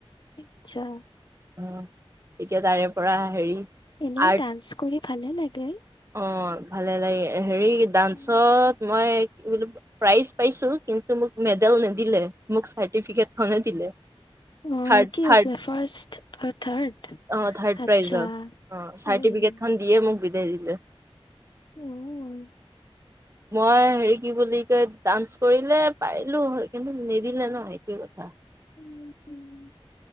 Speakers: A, on the left; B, on the right.
A: আচ্ছা।
B: অ, এতিয়া তাৰে পৰা হেৰি।
A: এনেও
B: আৰ্ট
A: ডান্স কৰি ভালে লাগে।
B: অ' ভালে লাগে হেৰি ডান্সত
A: উম,
B: মই কি বুলি প্ৰাইছ পাইছো, কিন্তু মোক মেডেল নিদিলে মোক চাৰটিফিকেট খনহে দিলে।
A: অ'
B: থাৰ্ড
A: কি
B: থাৰ্ড
A: হৈছিল ফাৰ্ষ্ট আৰু থাৰ্ড
B: অ' থাৰ্ড
A: আচ্ছা
B: প্ৰাইজৰ অ' চাৰ্টিফিকেটখন
A: উম
B: দিয়ে মোক বিদায় দিলে।
A: উম'।
B: মই হেৰি কি বুলি কয়- ডান্স কৰিলে পাৰিলো হয় কিন্তু নিদিলে ন' হে- সেইটো কথা।
A: উম উম।